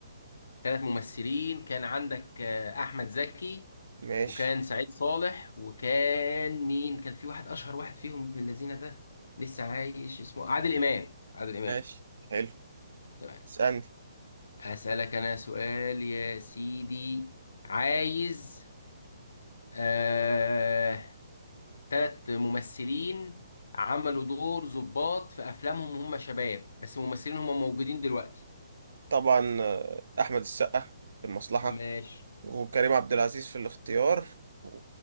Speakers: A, on the left; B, on the right.
A: ثلاث ممثلين كان عندك آه، احمد زكي
B: ماشي
A: وكان سعيد صالح وكان مين كان في واحد اشهر واحد فيهم ابن الذين ده لسه عايش اسمه عادل امام عادل امام
B: ماشي حلو
A: تمام
B: اسألني
A: اسالك انا سؤال يا سيدي عايز آه... ثلاث ممثلين عملوا دور ضباط في افلامهم هم شباب بس ممثلين هم موجودين دلوقتي
B: طبعا آه، أحمد السقا في المصلحة
A: ماشي
B: وكريم عبد العزيز في الاختيار و-